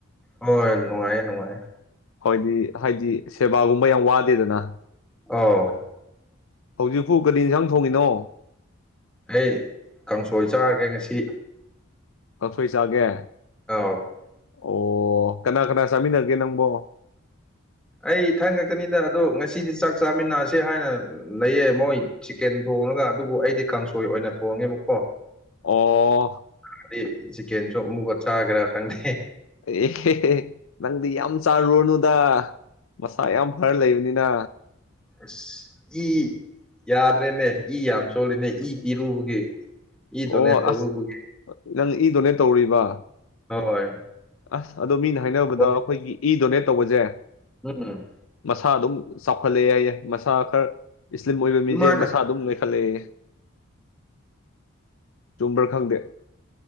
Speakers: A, in the centre; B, on the left.
A: ꯍꯣꯏ ꯅꯨꯡꯉꯥꯏꯦ ꯅꯨꯡꯉꯥꯏ
B: ꯑꯩꯣꯏꯗꯤ ꯍꯥꯏꯗꯤ ꯁꯦꯕꯥꯒꯨꯝꯕ ꯌꯥꯝ ꯋꯥꯗꯦꯗꯅ
A: ꯑꯥꯎ
B: ꯍꯧꯖꯤꯛꯐꯨ ꯒꯥꯔꯤ ꯏꯟꯁꯥꯡ ꯊꯣꯡꯉꯤꯅꯣ
A: ꯑꯩ ꯀꯥꯡꯁꯣꯏ ꯆꯥꯔꯒꯦ ꯉꯁꯤ
B: ꯀꯛꯊꯣꯏ ꯆꯥꯒꯦ
A: ꯑꯥꯎ
B: ꯑꯣ ꯀꯅꯥ ꯀꯅꯥ ꯆꯥꯃꯤꯟꯅꯒꯦ ꯅꯪꯕꯣ
A: ꯑꯩ ꯏ ꯊꯟ ꯈꯀꯅꯤꯗ ꯑꯗꯣ ꯉꯁꯤꯗꯤ ꯆꯥꯛ ꯆꯥꯃꯤꯟꯅꯁꯦ ꯍꯥꯏꯅ ꯂꯩꯌꯦ ꯃꯣꯏ ꯆꯤꯛꯀꯦꯟ ꯊꯣꯡꯉꯒ ꯑꯗꯨꯕꯨ ꯑꯩꯗꯤ ꯀꯥꯡꯁꯣꯏ ꯑꯣꯏꯅ ꯊꯣꯡꯉꯦꯕꯀꯣ
B: ꯑꯣ
A: ꯍꯥꯏꯗꯤ ꯆꯤꯛꯀꯦꯟ ꯆꯣꯞ ꯑꯃꯨꯛꯀ ꯆꯥꯒꯦꯔꯥ ꯈꯪꯗꯦ
B: ꯑꯦꯍꯦ ꯅꯪꯗꯤ ꯌꯥꯝ ꯆꯥꯔꯨꯔꯅꯨꯗ ꯃꯁꯥ ꯌꯥꯝ ꯐꯔ ꯂꯩꯕꯅꯤꯅ
A: ꯑꯁ ꯏ ꯌꯥꯗ꯭ꯔꯦꯅꯦ ꯏ ꯌꯥꯝ ꯆꯣꯜꯂꯤꯅꯦ ꯏ ꯏꯔꯨꯕꯒꯤꯦ ꯏ ꯗꯣꯅꯦꯠ
B: ꯑꯣ
A: ꯇꯧꯔꯨꯕꯒꯤ
B: ꯑꯁ ꯅꯪ ꯏ ꯗꯣꯅꯦꯠ ꯇꯧꯔꯤꯕ
A: ꯍꯣꯏ
B: ꯑꯁ ꯑꯗꯣ ꯃꯤꯅ ꯍꯥꯏꯅꯕꯗ
A: ꯍꯣꯏ
B: ꯑꯩꯈꯣꯏꯒꯤ ꯏ ꯗꯣꯅꯦꯠ ꯇꯧꯕꯁꯦ
A: ꯎꯝ
B: ꯃꯁꯥ ꯑꯗꯨꯝ ꯆꯥꯎꯈꯠꯂꯛꯑꯦ ꯌꯥꯏꯌꯦꯏ ꯃꯁꯥ ꯈꯔ ꯏꯁꯂꯤꯝ ꯑꯣꯏꯕ
A: ꯑꯗꯨꯃꯥꯏꯅ
B: ꯃꯤꯁꯦ ꯃꯁꯥ ꯑꯗꯨꯝ ꯂꯣꯏꯈꯠꯂꯛꯏ ꯆꯨꯝꯕ꯭ꯔꯥ ꯈꯪꯗꯦ